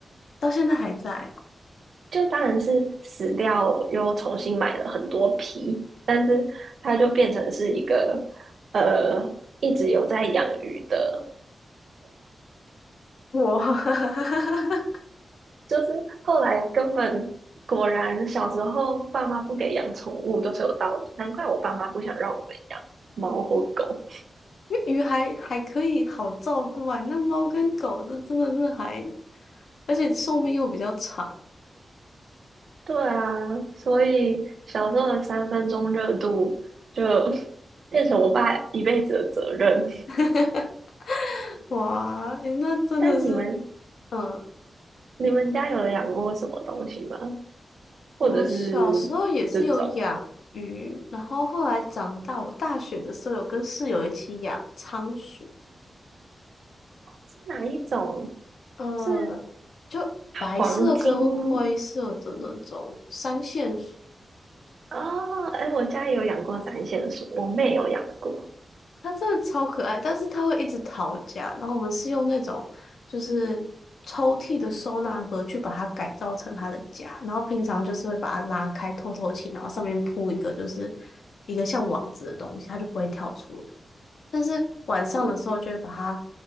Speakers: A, on the left (about 80°); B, on the right (about 65°).
A: 到现在还在
B: 就当然是死掉，又重新买了很多皮，但是它就变成是一个呃一直有在养鱼的，
A: 哦。哇，<laughs>
B: 就是后来根本果然小时候爸妈不给养宠物都是有道理，难怪我爸妈不想让我们养猫或狗。
A: 因为鱼还还可以好照顾啊，那猫跟狗这真的是还，而且寿命又比较长。
B: 对啊，所以小时候的三分钟热度就 <laughs> 变成我爸一辈子的责任。
A: <laughs> 哇，诶那真的是。
B: <laughs> 但你们
A: 嗯，
B: 你们家有养过什么东西吗？或者是这种
A: 我小时候也是有养鱼，然后后来长大，我大学的时候有跟室友一起养仓鼠，
B: 是哪一种？
A: 呃，
B: 是
A: 就白色跟灰色的那种三线鼠，
B: 黄金哦，哎，我家也有养过展线鼠，我妹有养过
A: 它真的超可爱，但是它会一直逃家。然后我们是用那种就是抽屉的收纳盒去把它改造成它的家，然后平常就是会把它拉开透透气，然后上面铺一个就是一个像网子的东西，它就不会跳出来。但是晚上的时候就会把它
B: 嗯